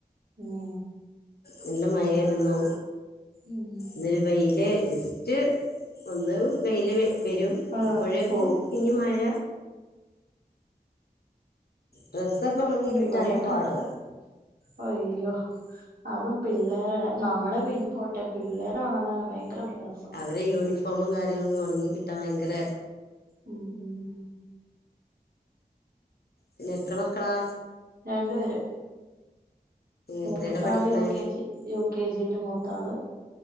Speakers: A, on the right (about 65°); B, on the left (about 70°).
A: ഉം
B: നല്ല മയായിരുന്നു
A: ഉം
B: ഇന്നൊരു വെയില് ജസ്റ്റ് ഒന്ന് വെയില് വരും
A: ആഹ്
B: അപ്പോഴേക്കും
A: പോകും
B: ഇനി മഴ ഡ്രസ്സൊക്കെ ഉണങ്ങി
A: ഉം
B: കിട്ടാനാ
A: ഇവടിം അങ്ങൻതന്ന
B: പാട്
A: അയ്യോ അതും പിള്ളേരുടെ നമ്മുടെ പിന്നെ പോട്ടെ പിള്ളേടെ ഉണങ്ങാന ഭയങ്കര പ്രയാസം
B: ഇത യൂനിഫോംമും കാര്യങ്ങളും ഒണങ്ങി ക്കിട്ടാ ഭയങ്കര
A: ഉം ഉം
B: പിന്നെ എത്ര മക്കളാ
A: രണ്ടുപേരും മൂത്താള്
B: എത്രേലാ പഠിക്കണേ
A: യുകെജി യു കെ ജിയില് മൂത്താള്